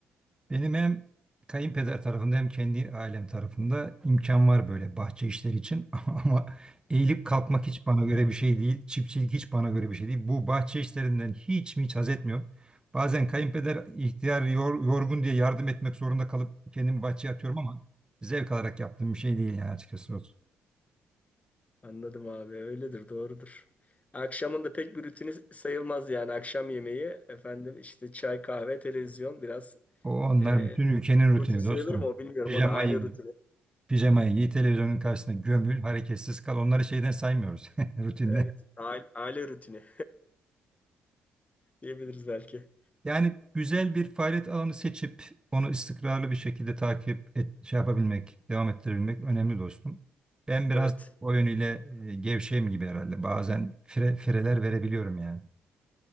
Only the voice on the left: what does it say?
Anladım abi öyledir doğrudur. Akşamın da pek bir rutini sayılmaz yani akşam yemeği efendim işte çay kahve televizyon biraz
e,
rutin sayılır
mı o bilmiyorum
o da aile rutini.
Evet aile, aile rutini <laughs> diyebiliriz belki.
Evet.